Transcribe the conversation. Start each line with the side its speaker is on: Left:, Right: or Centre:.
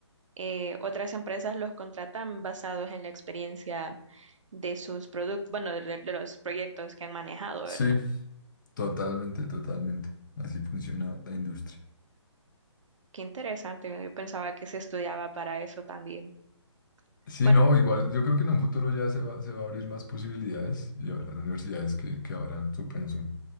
Right: eh, otras empresas los contratan basados en la experiencia de sus productos, bueno, de, de los proyectos que han manejado, ¿verdad?
Left: Sí, totalmente, totalmente. Así funciona la industria.
Right: Qué interesante. Yo pensaba que se estudiaba para eso también.
Left: Sí,
Right: Bueno,
Left: no, igual yo creo que en un futuro ya se va, se va a abrir más posibilidades y habrá universidades que, que abran su pensum,